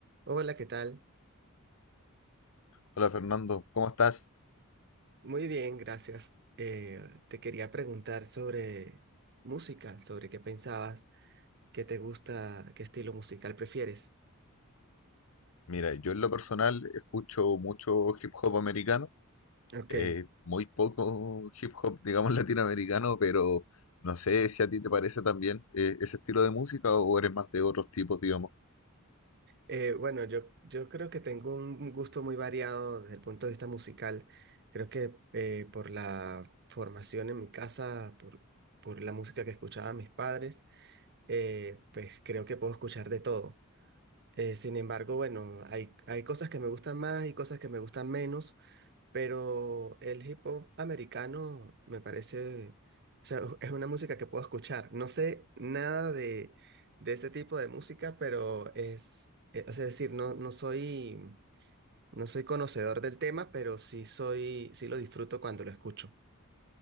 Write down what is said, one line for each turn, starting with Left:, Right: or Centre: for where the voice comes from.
Right: Hola, ¿qué tal?
Left: Hola Fernando, ¿cómo estás?
Right: Muy bien, gracias. Eh, te quería preguntar sobre música, sobre qué pensabas, qué te gusta, qué estilo musical prefieres.
Left: Mira, yo en lo personal escucho mucho hip hop americano,
Right: Ok,
Left: eh, muy poco hip hop, digamos, <laughs> latinoamericano, pero no sé si a ti te parece también eh, ese estilo de música o eres más de otros tipos, digamos.
Right: eh, bueno, yo, yo creo que tengo un gusto muy variado desde el punto de vista musical. Creo que eh, por la formación en mi casa, por, por la música que escuchaban mis padres, eh, pues creo que puedo escuchar de todo. Eh, sin embargo, bueno, hay, hay cosas que me gustan más y cosas que me gustan menos. pero el hip hop americano me parece, o sea, <laughs> es una música que puedo escuchar. No sé nada de, de ese tipo de música, pero es, eh, o sea, es decir, no, no soy, no soy conocedor del tema, pero sí soy, sí lo disfruto cuando lo escucho.